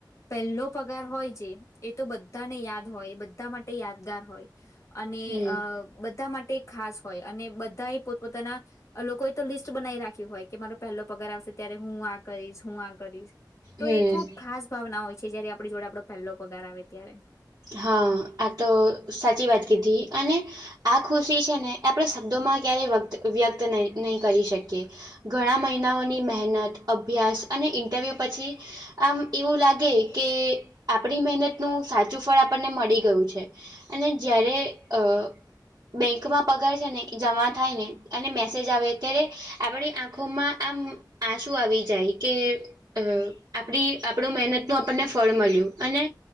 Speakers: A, on the left; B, on the right.
A: પહેલો પગાર હોય જે એ તો બધ બધાને યાદ હોય બધા માટે યાદગાર હોય અને
B: હમ
A: અ બધા માટે. ખાસ હોય અને બધા એ પોતપોતાના. લોકોએ તો લિસ્ટ બનાવી રાખ્યું હોય કે મારો પહેલો પગાર આવશે ત્યારે હું આ કરીશ હું આ કરીશ. તો
B: હમ
A: એ ખુબ ખાસ ભાવના હોય છે જયારે આપણી જોડે આપડો પહેલો પગાર આવે ત્યારે.
B: હા આ તો સાચી વાત કીધી અને. આ ખુશી છે ને આપણે શબ્દો માં ક્યારેય વત વ્યક્ત નહી કરી શકીએ. ઘણા મહિનાઓની મહેનત અભ્યાસ અને ઇન્ટરવ્યૂ પછી. આમ એવું લાગે કે આપણી મહેનતનુ સાચું. ફળ આપણને મળી ગયું છે અને જયારે અ. બેંકમાં પગાર છે ને એ જમા થાય ને. અને મેસેજ આવે ત્યારે આપણી આંખોમાં આમ આંસુ આવી જાય કે. અ આપણું મહેનત નું આપણને ફળ મળ્યું અને